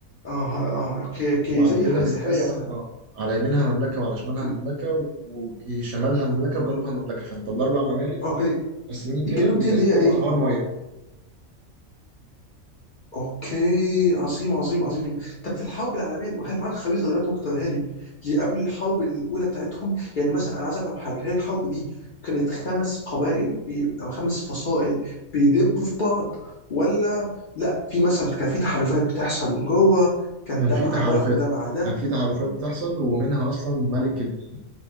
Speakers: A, on the left; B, on the right.
A: اه اه اوكي اوكي
B: وبعد
A: زي
B: كده
A: حاجه
B: متقسم
A: سحريه مثلا
B: اه على يمينها مملكة وعلى شمالها
A: اوكي
B: مملكة و- وشمالها مملكة وجنوبها مملكة فانت الأربع ممالك
A: اوكي
B: متقسمين
A: الجنوب
B: كده وبيقسمهم
A: دي اللي هي ايه
B: أنهار مية
A: اوكي عظيم عظيم عظيم طب في الحرب العالميه هل معاك خريطه دلوقتي ممكن توريها لي لقبل الحرب الاولى بتاعتهم يعني مثلا انا عايز افهم حاجه هل الحرب دي كانت خمس قبائل بي... او خمس فصائل بيدبوا في بعض ولا لا في مثلا كان في تحالفات بتحصل من جوه كان
B: كان
A: ده
B: في
A: مع
B: تحالفات
A: ده وده مع ده
B: كان في تحالفات بتحصل ومنها أصلا ملك ال...